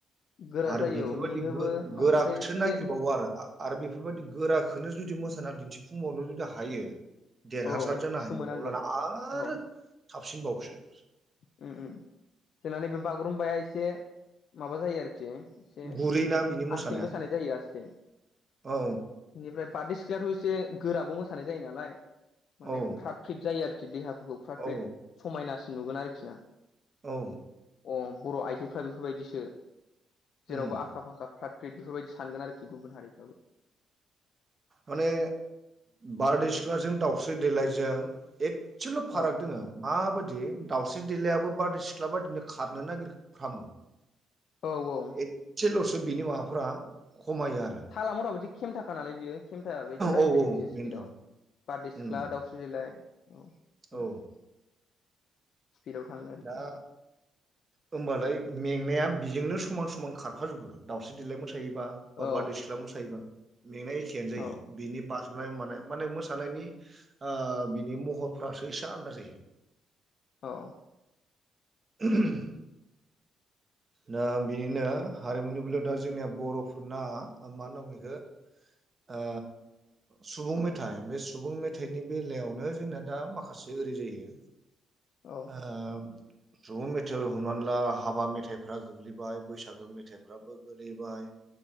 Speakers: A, on the left; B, on the right.
A: गोरा
B: आरो
A: जायो
B: बेफोरबायदि
A: औ मेङोबो
B: गो गोराखोसो
A: ओमफ्राय एसे
B: नागिर बाव आरो आरो बेफोरबायदि गोराखोनो जुदि मोसाना दिन्थिफुंबावनो जुदि हायो देरहासार
A: औ
B: जानो
A: सोमोनांगोन
B: हायो अब्लाना आरो
A: औ
B: साबसिनबावसो।
A: उम उम जोंनानै बे बागुरुम्बाया एसे माबा जायो आरो एसे
B: गुरैना बिनि मोसानाया
A: आसस्थै मोसानाय जायो आसथे
B: औ
A: बेनिफ्राय बारदै सिख्लायथ' एसे गोराबो मोसानाय जायो नालाय माने
B: औ
A: फ्राथ फ्रिट जायो आरोखि देहाफोरखौ फ्रात
B: औ
A: फ्रिट समायनासिन नुगोन आरोखि ना
B: औ
A: अ बर' आइजोफ्रा बेफोरबायदिसो जेरावबो
B: उम
A: आखा फाखा फ्राद <unintelligible> बेफोरबायदि सानगोन आरोखि गुबुन हारि
B: माने बारदै सिख्लाजों दाउस्रि देलायजों एसेल'
A: औ
B: फाराग दोङ। माबायदि दावस्रि देलायाबो बारदै सिख्ला बायदिनो खारनो नागिर फामो।
A: औ औ
B: एसेल'सो बिनि माबाफ्रा खमायो आरो।
A: ला मथाथि केमथाखालाय बियो केेमथाबादि जायोखायो
B: औ औ बेनोथ'
A: स्पिडआव बारदै सिख्ला
B: उम
A: दाव देलाइ <unintelligible>
B: औ
A: स्पिडआव थाङो। आरोखि
B: दा होमबालाय मेंनाया बिजोंनो समान समान खारफाजोबो दावउस्रि देलााय मोसायोबा। बा
A: औ
B: बारदै सिख्ला मोसायोबा मेंनाय एखेयानो जायो
A: औ
B: बेनि बा फ्राय माने माने मोसानायनि ओ बिनि महरफ्रासो एसे आलादा जायो।
A: औ।
B: <unintelligible>
A: <inaudible>
B: दा बिनिनो हारिमुनि बेलायाव दा जोंनिया बर'फोरना मा होनना बुंयो इखो ओ। सुबुं मेथाइ बे सुबुं मेथाइनि बेलायावनो जोंना दा माखासे ओरै जायो
A: औ
B: ओ सुबुं मेथाइ हमनानै ला हाबा मेथाइफोरा गोग्लैबाय बैसागो मे मेथाइफ्राबो गोलैबाय।